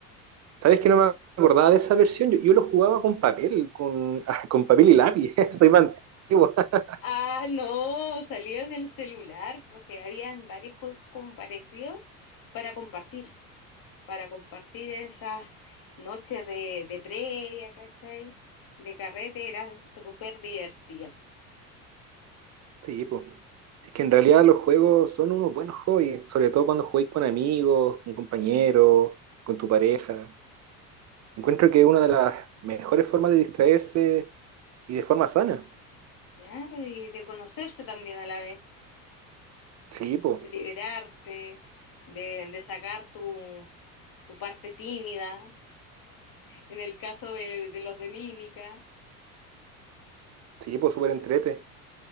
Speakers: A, on the right (about 35°); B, on the left (about 45°).
A: ¿Sabes que no me acordaba de esa versión? Yo, yo lo jugaba con papel, con, <laughs> con papel y lápiz. <laughs> Soy más antiguo. <laughs>
B: Ah, no, salía en el celular. O sea, habían varios juegos como parecidos para compartir. para compartir esas noches de, de previa, ¿cachai? De carrete era súper divertido.
A: Sí, pues. Es que en realidad los juegos son unos buenos hobbies, sobre todo cuando jugáis con amigos, con compañeros, con tu pareja. Encuentro que es una de las mejores formas de distraerse y de forma sana.
B: Claro, y de conocerse también a la vez,
A: Sí, pues.
B: de liberarte, de, de sacar tu, tu parte tímida, en el caso de, de los de mímica,
A: Sí, pues, súper entrete.